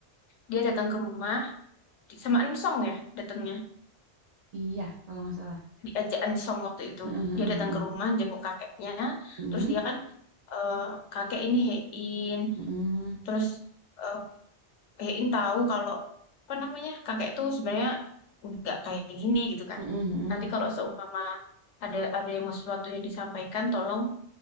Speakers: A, on the left (about 80°); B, on the right (about 60°).
A: dia datang ke rumah sama Ensong ya datangnya
B: Iya, kalau nggak salah.
A: diajak Ensong waktu itu
B: Mm-mm,
A: dia
B: mm-mm,
A: datang ke rumah jenguk kakeknya
B: mm-mm,
A: terus dia kan eh, kakek ini Hein
B: mm-mm,
A: terus eh, Hein tahu kalau apa namanya kakek itu sebenarnya nggak kayak gini gitu kan
B: mm-mm, mm-mm.
A: nanti kalau seumpama ada ada yang mau sesuatu yang disampaikan tolong